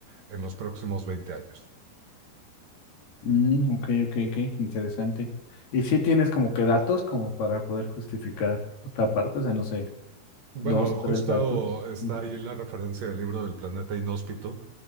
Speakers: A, on the right; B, on the left.
A: en los próximos 20 años.
B: Mm, ok, ok, ok, interesante. ¿Y si tienes como que datos como para poder justificar esta parte? O sea, no sé,
A: Bueno,
B: dos,
A: justo
B: tres datos.
A: está
B: Ujú.
A: ahí la referencia del libro del planeta inhóspito.